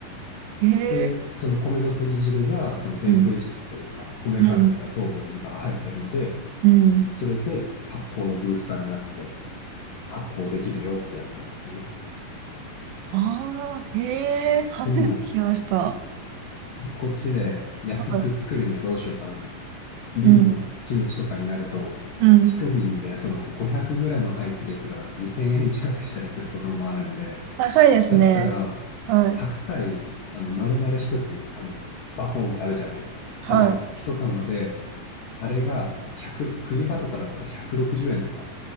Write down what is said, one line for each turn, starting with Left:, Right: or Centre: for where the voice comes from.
Right: へえ、
Left: で、その米の研ぎ汁が、そのでんぷん質というか、
Right: うん、
Left: 米から出た糖分が入ってるので、
Right: うん、うん。
Left: それで発酵のブースターになって発酵できるよってやつなんですよね。
Right: ああ、へえ、
Left: そういうのを
Right: <laughs> 初めて聞きました。
Left: こっちで安く作るにはどうしようかなみたいな。
Right: なんか、
Left: 瓶のキムチとかになると、
Right: うん。うん。
Left: 一瓶でその 500g 入ってるやつが2000円近くしたりすることもあるんで、
Right: 高いですね。
Left: だったら、
Right: はい。
Left: 白菜、あの、丸々一つ、あの、バコンってあるじゃないですか。
Right: は
Left: 玉が。一玉で、あれが1冬場とかだったら160円とか、